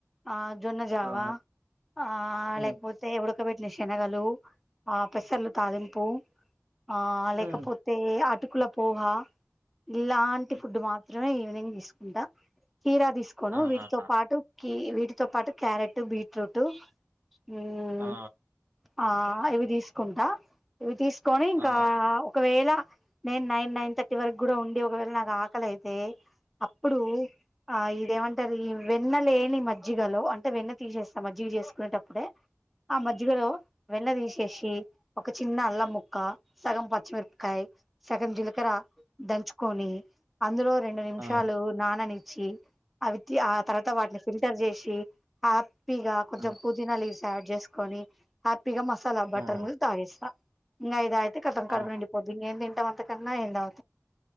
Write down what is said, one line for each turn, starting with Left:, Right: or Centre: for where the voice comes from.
Centre: ఆ జొన్న జావా
Right: ఆహా.
Centre: ఆ
Right: ఉమ్,
Centre: లేక్పోతే ఇప్పుడు పెట్టిన శనగలు ఆ పెసర్లు తాలింపు ఆ లేకపోతే
Right: ఉమ్,
Centre: అటుకుల పోహా ఇలాంటి
Right: ఉమ్.
Centre: ఫుడ్ మాత్రమే ఈవినింగ్ తీసుకుంటా కీరా తీసుకోను
Right: ఆహాహా.
Centre: వీటితో పాటు కీ వీటితో పాటు క్యారెట్ బీట్రూట్ మ్
Right: ఆ,
Centre: ఆ ఇవి తీసుకుంటా ఇవి తీస్కోని ఇంకా
Right: ఆ,
Centre: ఒకవేళ నేను నైన్ నైన్ థర్టీ వరకు కూడా ఉండి ఒకవేళ నాకు ఆకలైతే అప్పుడూ ఆ ఇదేమంటరు ఈ వెన్న లేని మజ్జిగలో అంటే వెన్న తీసేస్తా మజ్జిగ చేసుకునేటప్పుడే ఆ మజ్జిగలో వెన్న తీశేశి ఒక చిన్న అల్లం ముక్క సగం పచ్చిమిరప్కాయ్ సగం జీలకరా దంచుకొనీ అందులో రెండు నిమిషాలూ
Right: ఆ.
Centre: నాననిచ్చి అవి ఆ తర్వాత వాటిని ఫిల్టర్ చేశీ హ్యాపీగా కొంచెం
Right: హ్మ్.
Centre: పుదీనాలు ఆడ్ చేసుకని హ్యాపీగా మసాలా బట్టర్
Right: హ్మ్.
Centre: మీల్క్ తాగేస్తా ఇం కతం కడుపు
Right: ఆహా!
Centre: నిండిపోద్ది ఇంగ ఏ తింటం అంతకన్నా ఏం తాగుతం